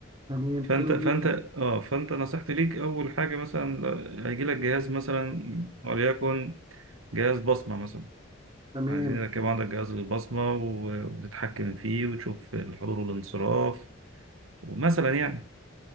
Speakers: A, on the right; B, on the right.
A: تمام
B: فأنت
A: حلو
B: فأنت
A: جدا
B: آه فأنت نصيحتي ليك أول حاجة مثلا هيجيلك جهاز مثلا وليكن جهاز بصمة مثلا
A: تمام
B: عايزين يركبوا عندك جهاز للبصمة و- وتتحكم فيه وتشوف الحضور والانصراف ومثلا يعني